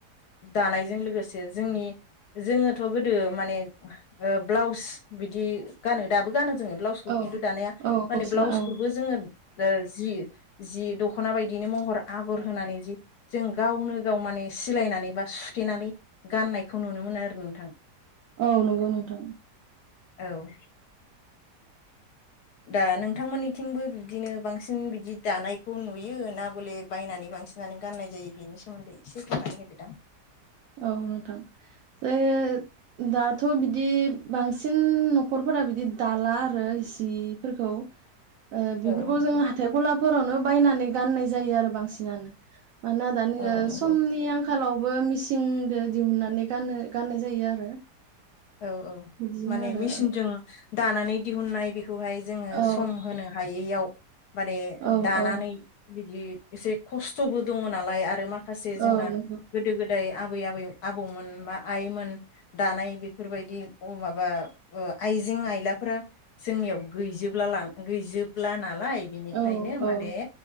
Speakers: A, on the left; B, on the right.
A: ज दानायजों लोगोसे जोंनि जोङोथ' गोदो माने ओ ब्लाउस बिदि गानो दाबो गानो जोंङो ब्लाउसखौ
B: औ
A: खिन्थु दानिया
B: औ
A: माने
B: गस्ला
A: ब्लाउसखौबो
B: औ
A: जोङो ओ जि जि दख'ना बायदिनो महर आगर होनानै जि जों गावनो गाव माने सिलायनानै बा। सुथेनानै गाननायखौ नुनो मोनो आरो नोंथां।
B: औ नंगौ नोंथां।
A: औ। दा नोंथांमोननिथिंबो बिबदिनो बांसिन बिदि दानायखौ नुयो ना बले बायनानै बांसिनानो गाननाय जायो बिनि सोमोन्दै एसे बुंनानै होदोदां।
B: औ नोंथां जे दाथ' बिदि बांसिन न'खरफोरा बिदि दाला आरो जिफोरखौ। ओ बेफोरखौ
A: औ नंगौ
B: जोङो हाथाइ गलाफ फोरावनो बायनानै गाननाय जायो आरो बांसिनानो। मानोना दानि
A: औ
B: ओ
A: नंगौ
B: समनि आंख खालावबो मिच सिंदो दिहुननानै गानो गाननाय जायो आरो।
A: औ औ
B: बिदिनो
A: माने
B: आरो
A: मिचिनजों दानानै दिहुननाय बेख खौहाय जोङो
B: औ
A: सम होनो हायै बेयाव माने
B: औ
A: दानानै
B: औ
A: बिदि एसे खस्थ'बो दङ नालाय आरो माख खासे जोंना
B: औ नंगौ
A: गोदो-गोद बै आबै आबै आबौमोन बा आइमोन दानाय बे बेफोरबायदि अ माबा ओ आइजें आयलाफोरा जोंनियाव गैजोबला नाला गैजोबला ना नालाय बिनिखायनो
B: औ औ
A: माने